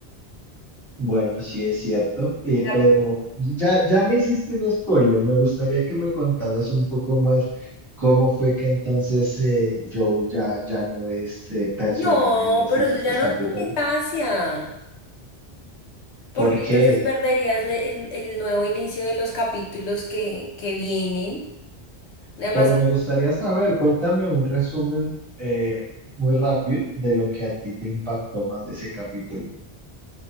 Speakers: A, on the right; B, on the left.
A: Bueno, sí es cierto, eh,
B: La-
A: pero ya, ya me hiciste un spoiler. Me gustaría que me contaras un poco más cómo fue que entonces eh, Joel ya, ya no es eh, personaje
B: No,
A: en los
B: pero
A: siguientes
B: eso ya no
A: capítulos.
B: tiene gracia, porque
A: ¿Por qué?
B: entonces perderías le- el, el nuevo inicio de los capítulos que, que vienen. Además,
A: Pero me gustaría saber, cuéntame un resumen eh, muy rápido de lo que a ti te impactó más de ese capítulo.